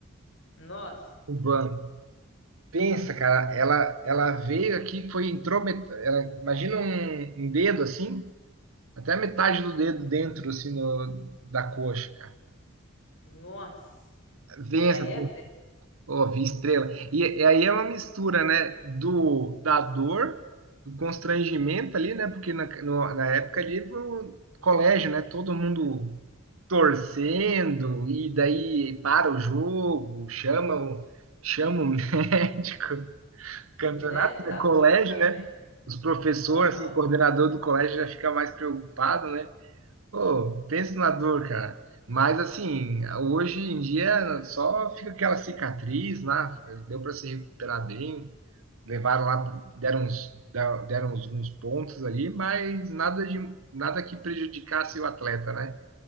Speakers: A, on the left; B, on the right.
A: Nossa.
B: no banco. Pensa, cara, ela, ela veio aqui, foi, entrou, met- ela, imagina um, um dedo assim, até a metade do dedo dentro, assim, no- da coxa, cara.
A: Nossa.
B: Pensa,
A: É, aí
B: essa
A: é tempo,
B: ó, vi estrela. E, e aí é uma mistura, né, do, da dor, do constrangimento ali, né, porque na, no- na época ali foi o colégio, né, todo mundo torcendo, e daí para o jogo, chama o, chama o <laughs> médico. campeonato,
A: né? Tá
B: né? Colégio,
A: doido também.
B: né? Os professores,
A: Aham.
B: assim, o coordenador do colégio já fica mais preocupado, né? Pô, pensa na dor, cara. Mas assim, hoje em dia só fica aquela cicatriz lá, deu para se recuperar bem, levaram lá, deram uns, deram uns uns pontos ali, mas nada de nada que prejudicasse o atleta, né?